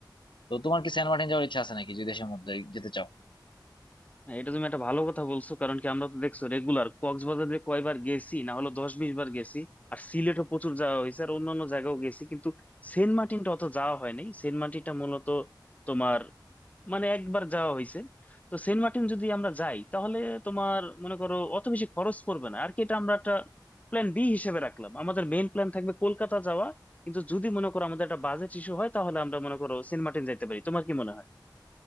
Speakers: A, on the left; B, on the left.
A: তো তোমার কি সেন্ট মার্টিন যাওয়ার ইচ্ছা আছে নাকি যদি দেশের মধ্যে যেতে চাও
B: হ্যাঁ, এটা তুমি একটা ভালো কথা বলছো কারণ কি আমরা তো দেখছো রেগুলার কক্সবাজারে কয়বার গেছি না হলো দশ বিশ বার গেছি আর সিলেটও প্রচুর যাওয়া হয়েছে আর অন্যান্য জায়গাও গেছি কিন্তু সেন্ট মার্টিনটা অত যাওয়া হয়নি সেন্ট মার্টিনটা মূলত তোমার মানে একবার যাওয়া হয়েছে তো সেন্ট মার্টিন যদি আমরা যাই তাহলে তোমার মনে করো অত বেশি খরচ পড়বে না আর কি এটা আমরা একটা প্ল্যান বি হিসেবে রাখলাম আমাদের মেইন প্ল্যান থাকবে কলকাতা যাওয়া কিন্তু যদি মনে করো আমাদের একটা বাজেট ইস্যু হয় তাহলে আমরা মনে করো সেন্ট মার্টিন যাইতে পারি তোমার কি মনে হয়